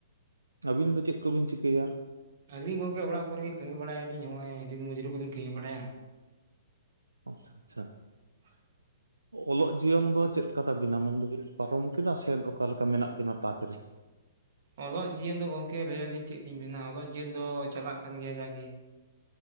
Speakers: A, on the right; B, on the right.
A: ᱟᱹᱵᱤᱱ ᱫᱚ ᱪᱮᱫ ᱠᱚᱵᱤᱱ ᱪᱤᱠᱟᱹᱭᱟ?
B: ᱟᱹᱞᱤᱧ ᱜᱚᱢᱠᱮ ᱚᱲᱟᱜ ᱠᱚᱨᱮᱜ ᱜᱮ ᱠᱟᱹᱢᱤ ᱵᱟᱲᱟᱭᱟᱞᱤᱧ ᱱᱚᱜᱼᱚᱭ ᱫᱤᱱ ᱢᱚᱡᱩᱨᱤ ᱠᱚᱞᱤᱧ ᱠᱟᱹᱢᱤ ᱵᱟᱲᱟᱭᱟ ᱾
A: ᱟᱪᱪᱷᱟ ᱟᱪᱪᱷᱟ
B: <inaudible>
A: ᱚᱞᱚᱜ ᱡᱤᱭᱚᱱ ᱫᱚ ᱪᱮᱫᱠᱟ ᱛᱟᱵᱤᱱᱟ ᱢᱮᱱ ᱫᱚᱵᱤᱱ ᱯᱟᱨᱚᱢ ᱠᱮᱫᱟ ᱥᱮ ᱚᱠᱟ ᱞᱮᱠᱟ ᱢᱮᱱᱟᱜ ᱵᱤᱱᱟ ᱴᱟᱪ ᱨᱮ?
B: ᱚᱞᱚᱜ ᱡᱤᱭᱚᱱ ᱫᱚ ᱜᱚᱢᱠᱮ ᱞᱟᱹᱭᱟᱞᱤᱧ ᱪᱮᱫ ᱞᱤᱧ ᱢᱮᱱᱟ ᱚᱞᱚᱜ ᱡᱤᱭᱚᱱ ᱫᱚ ᱪᱟᱞᱟᱜ ᱠᱟᱱ ᱜᱮᱭᱟ ᱡᱟᱜᱮ ᱾ <inaudible>